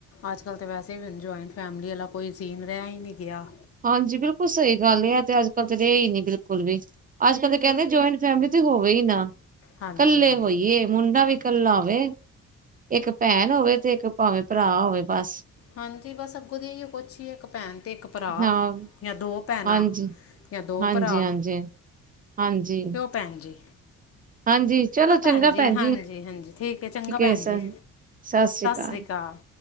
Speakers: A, on the left; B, on the right.
A: ਅੱਜਕੱਲ੍ਹ ਤੇ ਵੈਸੇ ਵੀ ਹੁਨ ਜੁਆਇੰਟ ਫੈਮਲੀ ਆਲਾ ਕੋਈ ਸੀਨ ਰਹਿ ਹੀ ਨਹੀਂ ਗਿਆ।
B: ਹਾਂਜੀ, ਬਿਲਕੁਲ ਸਹੀ ਗਲ ਏ ਇਹ ਤੇ ਅੱਜ ਕੱਲ ਤੇ ਰਿਹਾ ਹੀ ਨਹੀਂ ਬਿਲਕੁਲ ਵੀ। ਅੱਜਕੱਲ੍ਹ ਤਾਂ ਕਹਿੰਦੇ ਜੁਆਇੰਟ ਫੈਮਲੀ ਤੇ ਹੋਵੇ ਹੀ ਨਾ
A: ਹਾਂਜੀ
B: ਕੱਲੇ
A: ਹਾਂਜੀ
B: ਹੋਈਏ ਮੁੰਡਾ ਵੀ ਕੱਲਾ ਹੋਵੇ ਇੱਕ ਭੈਨ ਹੋਵੇ ਤੇ ਇੱਕ ਭਾਵੇਂ ਭਰਾ ਹੋਵੇ ਬਸ।
A: ਹਾਂਜੀ ਬਸ ਅੱਗੋਂ ਤੇ ਏਹੀ ਕੁਛ ਹੀ ਏ ਇੱਕ ਭੈਨ ਤੇ ਇੱਕ ਭਰਾ
B: ਹਾਂ
A: ਯਾ ਦੋ ਭੈਨਾ
B: ਹਾਂਜੀ।
A: ਯਾ ਦੋ
B: ਹਾਂਜੀ-ਹਾਂਜੀ,
A: ਭਰਾ।
B: ਹਾਂਜੀ। ਹਾਂਜੀ।
A: ਭੈਨ ਜੀ
B: ਹਾਂਜੀ
A: ਚਲੋ ਭੈਨ
B: ਚੰਗਾ
A: ਜੀ
B: ਭੈਣ
A: ਹਾਂਜੀ-ਹਾਂਜੀ ਠੀਕ ਹੈ ਚੰਗਾ ਭੈਨ
B: ਏ ਸ
A: ਜੀ।
B: ਸਤਿ ਸ੍ਰੀ ਕਾਲ।
A: ਸ਼੍ਰੀ ਅਕਾਲ